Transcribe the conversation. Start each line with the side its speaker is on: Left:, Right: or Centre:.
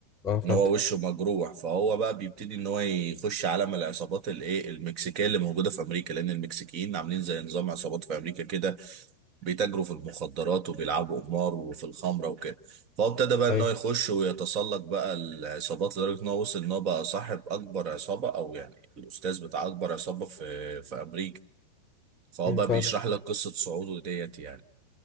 Left: اه فهمتك
Right: ان هو وشه مجروح فهو بقى بيبتدي ان هو يخش عالم العصابات الايه المكسيكيه اللي موجوده في امريكا لان المكسيكيين عاملين زي نظام عصابات في امريكا كده بيتاجروا في المخدرات وبيلعبوا قمار وفي الخمره وكده فهو ابتدى بقى ان
Left: أيوة.
Right: هو يخش ويتسلق بقى العصابات لدرجه ان هو وصل ان هو بقى صاحب اكبر عصابه او يعني الاستاذ بتاع اكبر عصابه في في امريكا فهو
Left: أمم،
Right: بقى
Left: فاهمك
Right: بيشرح لك قصه صعوده ديت يعني